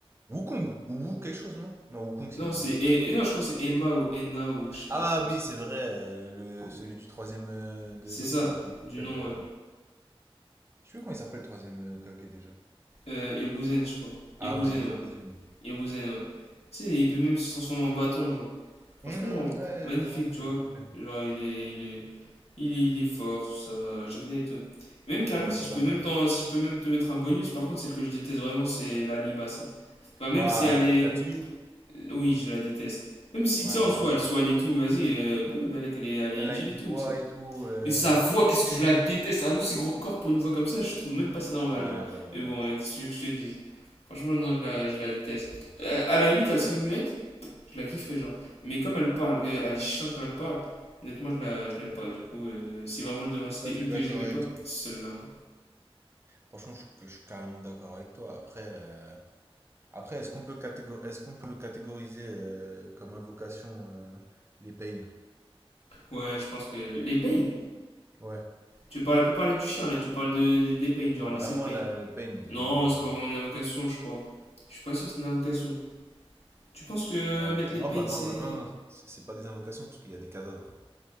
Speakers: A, on the right; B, on the left.
A: Wukong ou Wu quelque chose, non? Non, Wukong, c'est
B: Non,
A: dans
B: c'est.
A: le...
B: et- et Non, je crois que c'est Emma ou Enna ou je sais pas,
A: Ah
B: un truc comme
A: oui,
B: ça.
A: c'est vrai, euh, le, celui du troisième euh, de
B: C'est
A: l'autre
B: ça,
A: là, comment il
B: du
A: s'appelle
B: nom,
A: euh,
B: ouais.
A: Je sais plus comment il s'appelle le troisième euh, Hokage déjà.
B: Euh, Hiruzen, je crois.
A: Ah
B: Hiruzen,
A: ouais, Hiruzen.
B: ouais. Hiruzen, ouais. Tu sais, il peut même se transformer en bâton, genre. Franchement,
A: Hum, ouais,
B: magnifique,
A: je me rappelle,
B: tu vois.
A: je me rappelle.
B: Genre, il est, il est, il est, il est fort, tout ça. J'aime bien et tout. Même
A: C'est
B: carrément,
A: vrai qu'elle
B: si
A: est
B: je
A: pas
B: peux même,
A: mal.
B: t'en- si je peux même te mettre un bonus, par contre, celle que je déteste vraiment, c'est la limace. hein. Enfin, même
A: Waouh,
B: si elle est.
A: Katsuyu.
B: Oui, je la déteste. Même si,
A: Ouais,
B: tu sais, en
A: moi
B: soi,
A: aussi.
B: elle soigne et tout, vas-y, euh, bah, bah, elle est, elle est
A: Elle
B: utile
A: a une
B: et
A: voix
B: tout, tu sais.
A: et tout. euh,
B: Mais sa voix,
A: c'est-
B: qu'est-ce que je la déteste. Un aussi gros corps pour une voix comme ça, je trouve même pas c'est normal,
A: ouais,
B: genre.
A: ouais,
B: Mais bon,
A: ouais.
B: hein, qu'est-ce que tu veux que je te dise Franchement, non, je la, je la déteste. Euh, à la limite, elle serait muette, je la kifferais, genre. Mais comme elle parle, euh, elle est chiante quand elle parle, honnêtement, je la, je l'aime pas. Du coup, euh, si vraiment je devais en citer
A: Tout à fait
B: une
A: d'accord
B: que j'aimais
A: avec
B: pas,
A: toi.
B: c'est celle-là. hein.
A: Franchement, je, que je suis carrément d'accord avec toi. Après, euh, après, est-ce qu'on peut catégo- est-ce qu'on peut catégoriser euh, comme invocation euh, les pains?
B: Ouais, je pense que. Les pains
A: Ouais.
B: Tu parles peux parler du chien, là, tu parles de, de- des pains, genre
A: Non,
B: les
A: vraiment
B: 7 pains.
A: la pain, les,
B: Non, c'est
A: les-
B: pas vraiment une invocation, je crois. Je suis pas sûr que c'est une invocation. Tu penses que euh,
A: Ouais.
B: mettre
A: Non,
B: les pains,
A: bah non,
B: c'est.
A: bah non, non, c'est c'est pas des invocations parce qu'il y a des cadavres.